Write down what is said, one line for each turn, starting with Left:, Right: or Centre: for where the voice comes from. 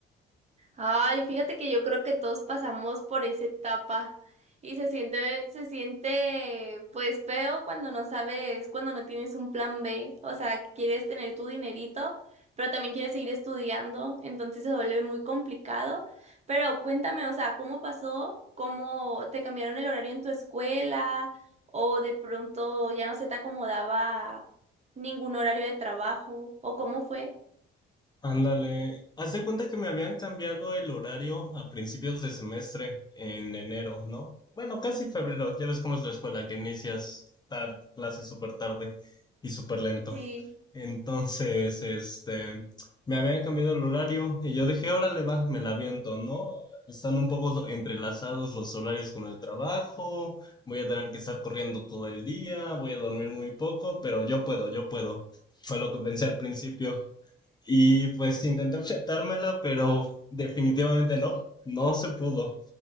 Right: Ay, fíjate que yo creo que todos pasamos por esa etapa y se siente, se siente pues feo cuando no sabes, cuando no tienes un plan B, o sea, quieres tener tu dinerito, pero también quieres seguir estudiando, entonces se vuelve muy complicado. Pero cuéntame, o sea, ¿cómo pasó? ¿Cómo te cambiaron el horario en tu escuela? ¿O de pronto ya no se te acomodaba ningún horario de trabajo? ¿O cómo fue?
Left: Ándale, haz de cuenta que me habían cambiado el horario a principios de semestre, en enero, ¿no? Bueno, casi febrero, ya ves cómo es la escuela, que inicias tarde, clases súper tarde y súper lento.
Right: Sí.
Left: Entonces, este, me habían cambiado el horario y yo dije, órale, va, me la aviento, ¿no? Están un poco entrelazados los horarios con el trabajo, voy a tener que estar corriendo todo el día, voy a dormir muy poco, pero yo puedo, yo puedo. Fue lo que pensé al principio. Y pues intenté enfrentármela, pero definitivamente no, no se pudo.